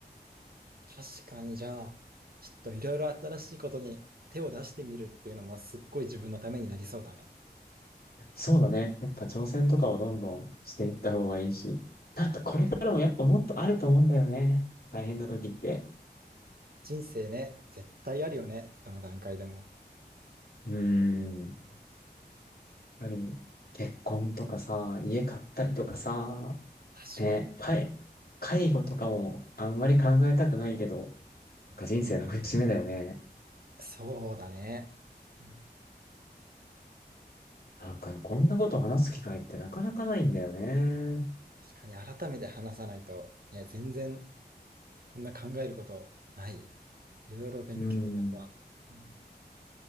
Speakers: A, on the right; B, on the left.
A: 確かに、じゃあ、ちょっといろいろ新しいことに手を出してみるっていうのもすっごい自分のためになりそうだね。
B: そうだね。やっぱ挑戦とかはどんどんしていった方がいいし。なんかこれからもやっぱもっとあると思うんだよね。大変な時って。
A: 人生ね、絶対あるよね、どの段階でも。
B: うーん。
A: うん
B: やっぱり結婚とかさ、家買ったりとかさ、
A: 確かに、
B: ね、介、介護とかもあんまり考えたくないけど、なんか人生の節目だよね。
A: そうだね。うん
B: なんかね、こんなこと話す機会ってなかなかないんだよね。
A: 確かに、改めて話さないと、ね、全然こんな考えることない。いろいろ勉強になるわ。
B: うん。
A: うん